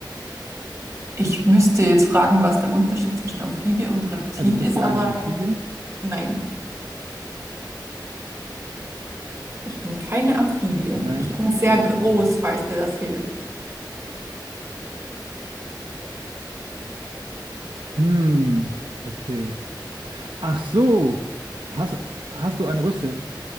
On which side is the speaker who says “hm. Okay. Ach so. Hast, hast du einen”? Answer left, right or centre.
Right